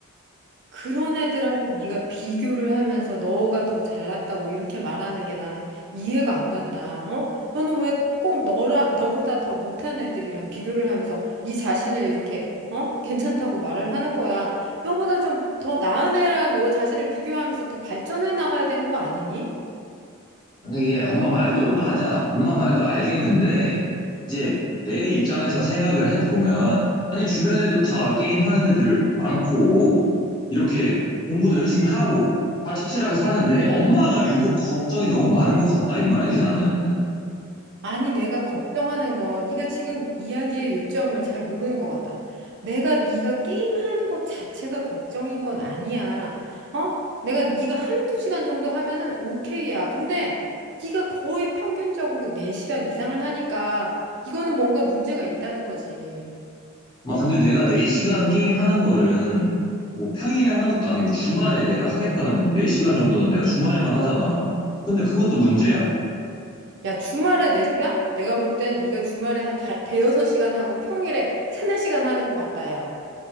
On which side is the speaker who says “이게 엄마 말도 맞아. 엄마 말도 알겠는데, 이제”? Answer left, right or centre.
Left